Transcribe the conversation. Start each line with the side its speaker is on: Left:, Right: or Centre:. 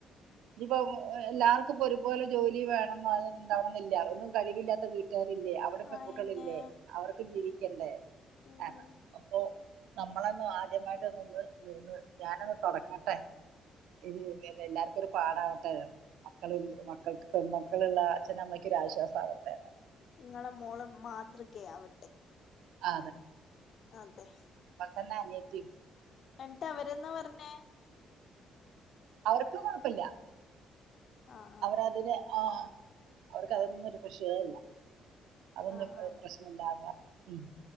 Right: ഇതിപ്പം എല്ലാർക്കുപ്പൊ ഒരുപോലെ ജോലി വേണം അതെന്നും ഉണ്ടാവണെന്നില്ല ഒന്നും കഴിവില്ലാത്ത വീ ട്ട്കാരില്ലേ അവിടെ പെൺകുട്ടളില്ലേ
Left: അയന്നെ
Right: അവർക്കും ജീവിക്കണ്ടേ
Left: ഉം
Right: ആ അപ്പൊ നമ്മളന്ന് ആദ്യമായിട്ട് അത് വത് ഞാനൊന്ന് തൊടങ്ങട്ടെ ഇത് യൂസ് ചെയ്യുന്ന എല്ലാർക്കും ഒരു പാടാവട്ടെ മക്കളി മക്കൾക്ക് പെൺമക്കളുള്ള അച്ഛനമ്മയ്ക്കൊ ഒരാശ്വാസം ആവട്ടെന്ന്
Left: ങ്ങളെ മോള് മാതൃകയാവ്
Right: ആ
Left: അതെ
Right: എന്നാ അനിയത്തീം
Left: എന്ന്ട്ട് അവരെന്നാ പറഞ്ഞേ
Right: അവർക്ക് കൊഴപ്പില്ല
Left: ആഹ് ആഹ്
Right: അവരതിന്
Left: ആഹ്
Right: ആ അവർക്ക് അതൊന്നും ഒരു പ്രശ്‌നേയല്ല അതൊന്നും
Left: ആഹ് ആഹ്
Right: പ്രശ്നണല്ലാന്ന് പർ ഉം